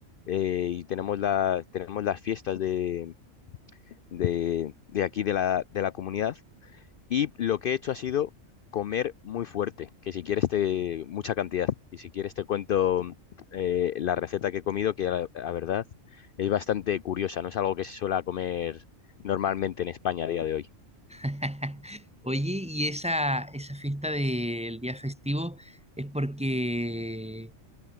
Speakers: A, on the left; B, in the centre.
A: eh, y tenemos la, tenemos las fiestas de, de, de aquí de la, de la comunidad. Y lo que he hecho ha sido comer muy fuerte, que si quieres te mucha cantidad. Y si quieres te cuento eh, la receta que he comido, que la, la verdad es bastante curiosa, no es algo que se suele comer normalmente en España a día de hoy.
B: <laughs> Oye, ¿y esa, esa fiesta del día festivo es porque